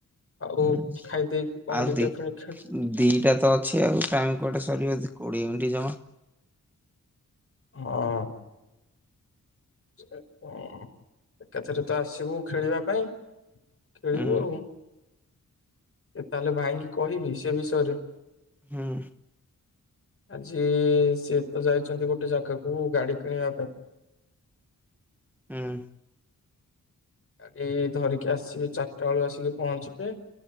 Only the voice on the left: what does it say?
ଆଉ
ଖାଇଦେଇକି କଣ
ଦିଟା
ଫେଣି ଖେଳ
ହଁ ସେ କଣ ଏକାଥରେ ତ ଆସିବୁ ଖେଳିବା ପାଇଁ ଖେଳିବୁ
ଆଉ ଏ ତାହେଲେ ଭାଇଙ୍କି କହିବି ସେ ବିଷୟରେ
ଆଜି ସିଏ ତ ଯାଇଛନ୍ତି ଗୋଟେ ଜାଗାକୁ ଗାଡି କିଣିବା ପାଇଁ
ଗାଡି ଧରିକି ଆସିବେ ଚାରିଟା ବେଳୁ ଆସିକି ପହଞ୍ଚିବେ